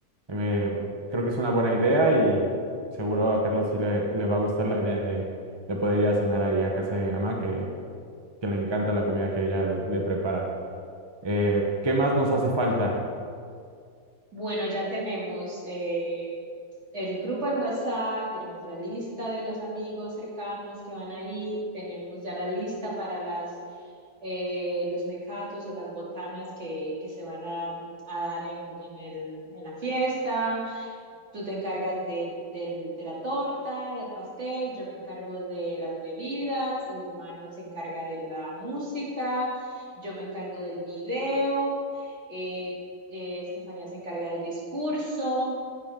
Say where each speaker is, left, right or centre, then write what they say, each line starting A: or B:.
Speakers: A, on the right (about 25°); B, on the right (about 50°).
A: Eh, creo que es una buena idea y seguro a Carlos sí le, le va a gustar la idea de, de poder ir a cenar ahí a casa de mi mamá, que, que le encanta la comida que ella le prepara. Eh, ¿qué más nos hace falta?
B: Bueno, ya tenemos eh, el grupo del WhatsApp, tenemos la lista de los amigos cercanos que van a ir, tenemos ya la lista para las, eh, los mecatos o las botanas que, que se van a, a dar en, en el, en la fiesta. Tú te encargas del, del- de la torta, del pastel, yo me encargo de las bebidas, el hermano se encarga de la música, yo me encargo del video, eh, eh, Estefanía se encarga del discurso,